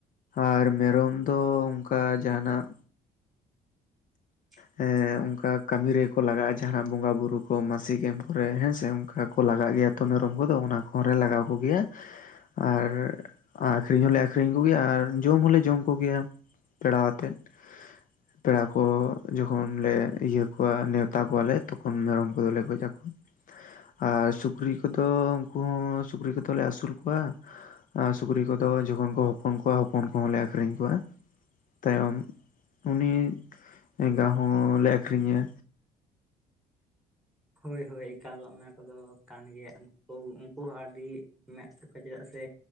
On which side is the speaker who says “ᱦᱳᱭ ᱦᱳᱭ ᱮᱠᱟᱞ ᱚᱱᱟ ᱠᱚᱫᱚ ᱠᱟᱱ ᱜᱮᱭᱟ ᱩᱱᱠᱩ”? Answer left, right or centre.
Centre